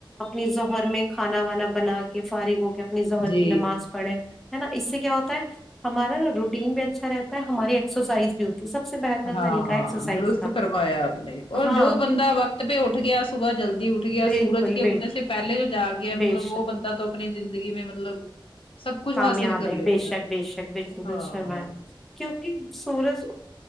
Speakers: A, in the centre; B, on the left (about 85°).
A: اپنی زوہر میں کھانا وانا بنا کے فارغ ہو کے اپنی ظہر
B: جی
A: کی نماز پڑھے نا اس سے کیا ہوتا ہے ہمارا نا روٹین بھی اچھا رہتا ہے ہماری ایکسرسائز بھی ہوتی ہے سب سے بہتر
B: ہاں
A: طریقہ
B: ہاں
A: ہے ایکسرسائز
B: درست
A: کا
B: فرمایا آپ نے اور
A: ہاں
B: جو بند
A: کیوں-
B: وقت پے اٹھ گیا صبح جلدی اٹھ گیا
A: بالکل
B: سورج کے اگنے
A: بالکل
B: سے پہلے جو جاگ گیا
A: بے
B: مطلب
A: شک
B: وہ بندہ تو اپنی زندگی میں مطلب سب کچھ
A: کامیاب
B: حاصل کر
A: ہے
B: لیتا
A: بےشک بےشک بالکل
B: ہاں
A: درست فرماے
B: ہوں
A: کیونکی سورج